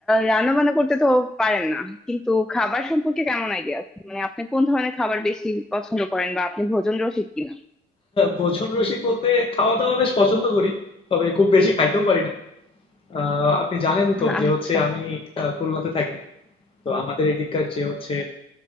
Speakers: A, in the centre; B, on the left (about 30°).
A: রান্না বান্না করতে তো পারেন না কিন্তু খাবার সম্পর্কে কেমন আইডিয়া আছে মানে আপনি কোন ধরনের খাবার বেশি পছন্দ করেন বা আপনি ভোজন রসিক কিনা
B: ভোজন রসিক বলতে খাওয়া দাওয়া বেশ পছন্দ করি তবে খুব বেশি খাইতেও পারি না আহ, আপনি জানেন তো
A: আচ্ছা
B: যে হচ্ছে আমি আহ, খুলনাতে থাকি তো আমাদের এদিককার যে হচ্ছে